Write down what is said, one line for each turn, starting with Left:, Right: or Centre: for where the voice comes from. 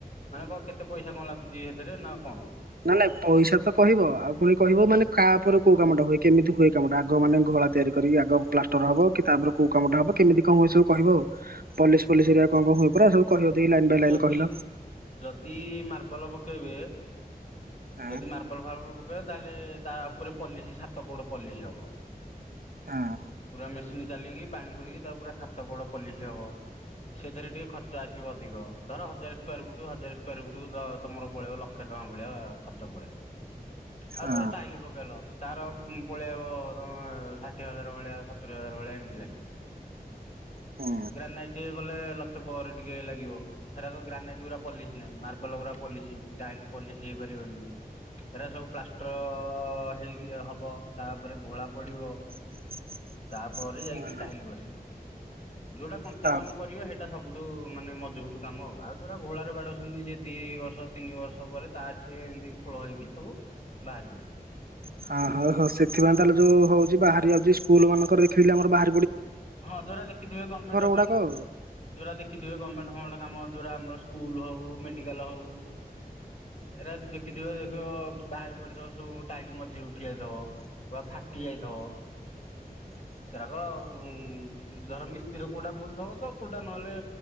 Left: ମାନେ କ କେତେ ପଇସା କଣ ଲାଗୁଛି, ସେଥିରେ ନା କଣ
Right: ନା ନାଇଁ ପଇସା ତ କହିବ ଆଉ ପୁଣି କହିବ ମାନେ କା ଉପରେ କୋଉ କାମଟା ହୁଏ କେମିତି ହୁଏ କାମଟା ଆଗ ମାନେ ଘର ତିଆରି କରି ଆଗ ପ୍ଲାଷ୍ଟର ହବ କି ତାପରେ କଉ କାମଟା ହବ କେମିତି କଣ ହୁଏ ସବୁ କହିବ ଆଉ। ପଲିସ ପଲିସ ଘରିକା କଣ କଣ ହୁଏ ପରା ସବୁ କହିବ ଟିକେ ଲାଇନ ବାଇ ଲାଇନ
Left: ଯଦି
Right: କହିଲ।
Left: ଯଦି ମାର୍ବଲ ପକେଇବେ
Right: ହଁ
Left: ଯଦି ମାର୍ବଲ ଫାର୍ବଲ ପକେଇବେ ତାହେଲେ ତା ଉପରେ ପଲିସି ସାତ କୋଡ ପଲିସି ହବ।
Right: ହଁ।
Left: ପୁରା ମେସିନ ଚାଲିକି ପାଣି ପୋଡିକି ତା ପୁରା ସାତ କୋଡ ପଲିସ ହବ ସେଥିରେ ଟିକେ ଖର୍ଚ୍ଚ ଆସିବ ଅଧିକ ଧର ହଜାର ସ୍କାୟାର ଫୁଟ ହଜାର ସ୍କାୟା ର ଫୁଟ ତମର ପଳେଇବ ଲକ୍ଷେ ଟଙ୍କା ଭଳିଆ ଖର୍ଚ୍ଚ ପଳେଇବ ଆଉ
Right: ହଁ
Left: ଧର ଟାଇଲ ପକେଇଲ ତାର ପଳେଇ ଆଇବ ତମେ ଷାଠିଏ ହଜାର ଭଳିଆ ସତୁରି ହଜାର ଭଳିଆ ଏମିତି ଲାଗିବ।
Right: ହଁ
Left: ଆଗ୍ରା ନାଇ ଟିକେ ଗଲେ ଲକ୍ଷ ପରେ ଟିକେ ଲାଗିବ ସେଗୁରା ଗ୍ରାନେଟ୍ ପୁରା ପଲିସି ନାହିଁ ମାର୍ବଲ ପୁରା ପଲିସି ତାହେଲେ ପଲିସ ପାରିବନି। ହେଗୁରା ସବୁ ପ୍ଲାଷ୍ଟର ହେଇ ହବ ତାପରେ ଘୋଳା ପଡିବ
Right: <inaudible>
Left: ତାପରେ ଯାଇକି
Right: ହଁ
Left: ଟାଇଲ ବସିବ ଯୋଉଟା କଞ୍ଚା
Right: ହଁ।
Left: କାମ କରିବ ସେଇଟା ସବୁଠୁ ମାନେ ମଜବୁତ କାମ ଆଉ ଯଉଟା ଘୋଳାରେ ବାଡଉ ଛନ୍ତି, ସେ ଦିଇ ବର୍ଷ ତିନି ବର୍ଷ ପରେ ତାର ସେ ଏମିତି ଖୋଳ ହେଇକି ସବୁ ବାହାରି ପଡିବ।
Right: ହଁ ହଁ ହଉ ସେଥିପାଇଁ ତାହେଲେ ଯୋଉ ହଉଛି ବାହାରି ଯାଉଛି, ସ୍କୁଲ ମାନଙ୍କର ଦେଖେଇ ଆମର ବା
Left: ହଁ ଯୋଉରା ଦେଖିଥିବେ ଗମେଣ୍ଟ ଫମେଣ୍ଟ
Right: ଗୁଡାକ ଆଉ
Left: ଯୋଉରା ଦେଖିଥିବେ ଗମେଣ୍ଟ ହଁ ଗୋଟେ କାମ ଯୋଉରା ଆମର ସ୍କୁଲ ହୋଉ ମେଡିକାଲ୍ ହୋଉ ଏଇରା ଦେଖିଥିବ ଦେଖିବ ବାହାର ପଡିଥିବ ସବୁ ଟାଇଲି ମଝିରୁ ଉଠି ଯାଇଥିବ ବା ଫାଟି ଯାଇଥିବ। ସେରାକ ଆଉ ଧର ମିସ୍ତ୍ରୀର କୋଉଟା ଭୁଲ ଥବ ତ କୋଉଟା ନହେଲେ